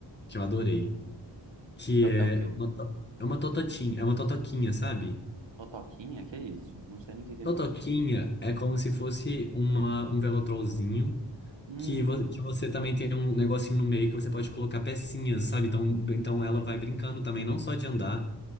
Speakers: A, on the left; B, on the right.
A: que eu adorei, que
B: É,
A: é
B: é o quê?
A: uma, to- é uma tototinha, é uma totoquinha, sabe?
B: Totoquinha? Que é isso? Não sei nem o que que
A: Totoquinha
B: é isso.
A: é como se fosse uma, um velotrolzinho
B: Hum.
A: que, vo- que você também tem um negocinho no meio que você pode colocar pecinhas, sabe? Então, então ela vai brincando também, não só de andar.